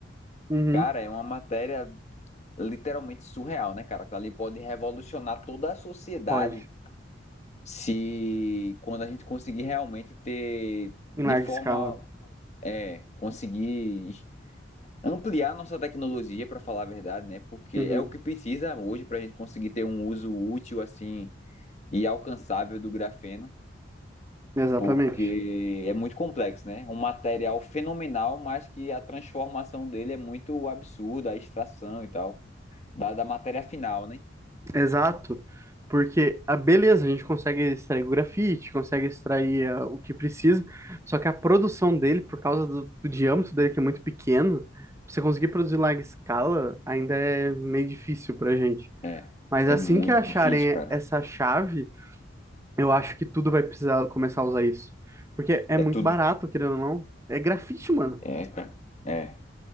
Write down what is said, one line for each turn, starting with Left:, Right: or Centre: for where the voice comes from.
Right: Uhum,
Left: cara, é uma matéria literalmente surreal, né, cara? que ali pode revolucionar toda a sociedade
Right: pode.
Left: se quando a gente conseguir realmente ter
Right: Em
Left: de
Right: larga
Left: forma
Right: escala.
Left: é, conseguir ampliar nossa tecnologia, para falar a verdade, né? Porque
Right: Uhum,
Left: é o que precisa hoje para a gente conseguir ter um uso útil assim e alcançável do grafeno.
Right: exatamente.
Left: porque é muito complexo, né? Um material fenomenal, mas que a transformação dele é muito absurda, a extração e tal, da, da matéria final, né?
Right: Exato, porque a beleza, a gente consegue extrair o grafite, consegue extrair ah, o que precisa, só que a produção dele, por causa do, do diâmetro dele, que é muito pequeno, pra você conseguir produzir em larga escala, ainda é meio difícil pra gente.
Left: É,
Right: Mas
Left: é
Right: assim
Left: muito
Right: que acharem
Left: difícil, cara.
Right: essa chave, eu acho que tudo vai precisar começar a usar isso. Porque é
Left: É
Right: muito
Left: tudo.
Right: barato, querendo ou não. É grafite, mano.
Left: É, cara. É.